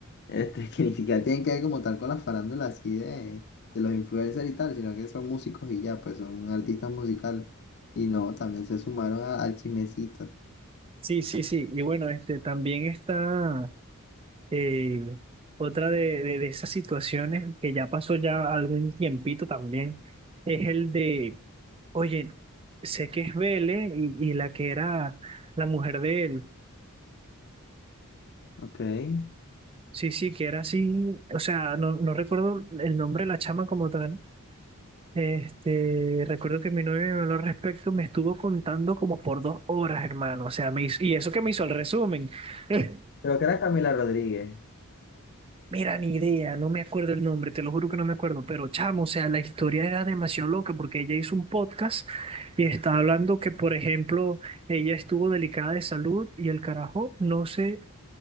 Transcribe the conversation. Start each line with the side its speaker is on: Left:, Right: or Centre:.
Left: este, <laughs> que ni siquiera tienen que ver como tal con la farándula así de, de los influencers y tal, sino que son músicos y ya, pues son artistas musicales. Y no, también se sumaron a- al chismecito.
Right: Sí, sí, sí. Y bueno, este también está eh, otra de, de, de esas situaciones que ya pasó ya algún tiempito también, es el de, oye, sé que es Vele y, y la que era la mujer de él.
Left: Ok. Creo
Right: Sí, sí, que era así. O sea, no, no recuerdo el nombre de la chama como tal. Este, recuerdo que mi novia me habló al respecto, me estuvo contando como por dos horas, hermano. O sea, me hizo- y eso que me hizo el resumen. <laughs>
Left: creo que era Camila Rodríguez.
Right: Mira, ni idea, no me acuerdo el nombre, te lo juro que no me acuerdo, pero chamo, o sea, la historia era demasiado loca porque ella hizo un podcast y estaba hablando que, por ejemplo, ella estuvo delicada de salud y el carajo no se,